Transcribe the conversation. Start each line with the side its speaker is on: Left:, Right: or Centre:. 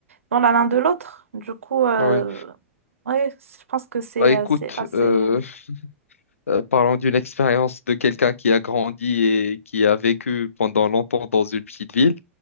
Right: dans la l'un de l'autre. Du coup, euh,
Left: Ouais.
Right: ouais, je pense que c'est,
Left: Bah écoute,
Right: euh, c'est assez.
Left: euh, Euh, parlons d'une expérience de quelqu'un qui a grandi et qui a vécu pendant longtemps dans une petite ville.